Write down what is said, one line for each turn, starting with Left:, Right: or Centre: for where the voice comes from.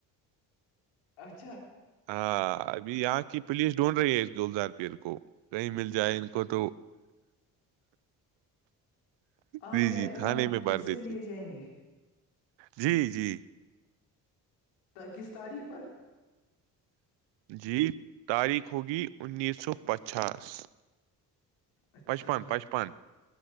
Left: اچھ
Right: ہاں ابھی یہاں کی پوولس ڈھونڈ رہی ہے اس گولزار پیر کو کہیں مل جائے ان کو تو
Left: آپ
Right: جی
Left: کے
Right: جی
Left: اگرام
Right: تھانے میں
Left: پھر
Right: بھر
Left: سے
Right: دیتے
Left: لے جائیں گے
Right: جی جی
Left: کس تاریخ پر
Right: جی تاریخ ہوگی انیس سو پچاس
Left: اچھا
Right: پچپن پچپن